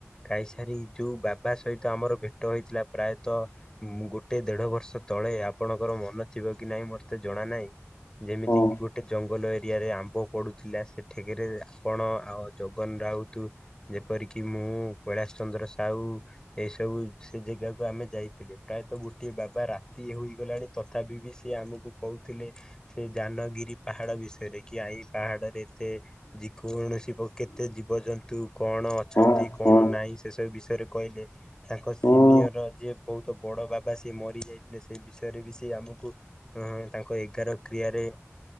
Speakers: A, on the left; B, on the left.
A: କାଇସାରି ଯୋଉ ବାବା ସହିତ ଆମର ଭେଟ ହେଇଥିଲା ପ୍ରାୟତଃ ମୁଁ ଗୋଟେ ଦେଢ ବର୍ଷ ତଳେ ଆପଣଙ୍କର ମନ ଥିବକି ନାଇଁ ମୋରତେ ଜଣା ନାହିଁ ଯେମିତିକିି
B: ହୁଁ ହୁଁ
A: ଗୋଟେ ଜଙ୍ଗଲ ଏରିଆରେ ଆମ୍ବ ପଡ଼ୁଥିଲା ସେଠେକିରେ ଆପଣ ଆଉ ଜଗନ ରାଉତ ଯେପରିକି ମୁଁ କୈଳାସ ଚନ୍ଦ୍ର ସାହୁ ଏଇ ସବୁ ସେଜାଗାକୁ ଆମେ ଯାଇଥିଲଥିଲେ ପ୍ରାୟତଃ ଗୋଟିଏ ବାବା ରାତି ହୋଇଗଲାଣି ତ ତଥାବିିବି ସିଏ ଆମକୁ କହୁଥିଲେ ସେଇ ଯାନଗିରି ପାହାଡ଼ ବିଷୟରେ କିଆଇ ପାହାଡ଼ରେ ଏତେ ଯେ କୌଣସି କେତେ ଜୀବଜନ୍ତୁ କଣ ଅଛନ୍ତି
B: ହୁଁ
A: କଣ ନାହିଁ ସେସବୁ ବିଷୟରେ କହିଲେ। ତାଙ୍କ ସିନିୟର
B: ହୁଁ
A: ଯିଏ ବହୁତ୍ ବଡ଼ ବାବା ସିଏ ମରିଯାଇଥିଲେ ସେଇ ବିଷୟରେ ବି ଯେଆମକୁ ଅଁ ତାଙ୍କ ଏଗାର କ୍ରିୟାରେ